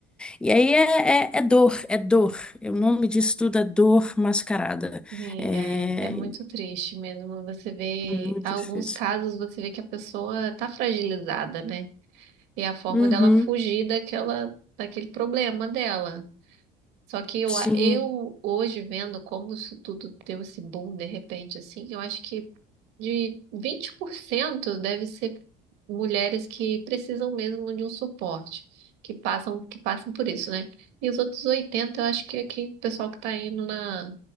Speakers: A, in the centre; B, on the right.
A: E aí é, é- é dor, é dor. É O nome disso tudo é dor mascarada.
B: sim,
A: É
B: é, é muito triste mesmo. Você vê,
A: muito
B: alguns
A: difícil.
B: casos você vê que a pessoa tá fragilizada, né? E a forma
A: Uhum,
B: dela fugir daquela, daquele problema dela. Só que eu,
A: sim.
B: a- eu hoje vendo como isso tudo deu esse boom de repente, assim, eu acho que de 20% deve ser mulheres que precisam mesmo de um suporte, que passam, que passam por isso, né? E os outros 80, eu acho que é quem, o pessoal que tá indo na,